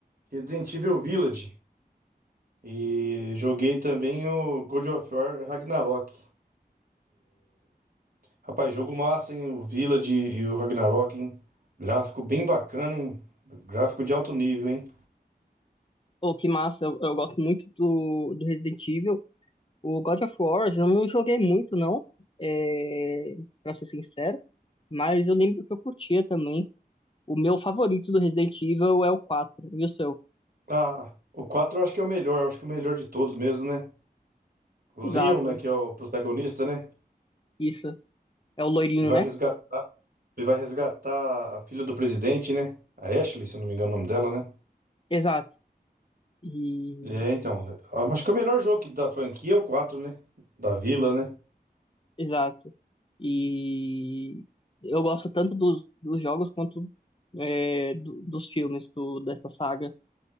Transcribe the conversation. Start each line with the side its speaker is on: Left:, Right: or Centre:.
Right: Resident Evil Village. E joguei também o God of War Ragnarok. Rapaz, jogo massa, hein? O Village e o Ragnarok, hein? Gráfico bem bacana, hein? Gráfico de alto nível, hein?
Left: oh, que massa, eu, eu gosto muito do, do Resident Evil. O God of War, eu não joguei muito, não, é, pra ser sincero, mas eu lembro que eu curtia também. O meu favorito do Resident Evil é o quatro e o seu?
Right: Ah, o quatro eu acho que é o melhor, eu acho que é o melhor de todos mesmo, né? O
Left: Exato,
Right: Leon, né, que é o protagonista, né?
Left: isso. É o loirinho,
Right: Ele vai
Left: né?
Right: resgatar, ele vai resgatar a filha do presidente, né? A Ashley, se eu não me engano o nome dela, né?
Left: Exato. E
Right: É, então, eu acho que é o melhor jogo que- da franquia é o 4, né? Da Vila, né?
Left: Exato. E eu gosto tanto dos, dos jogos quanto é, do- dos filmes do, dessa saga.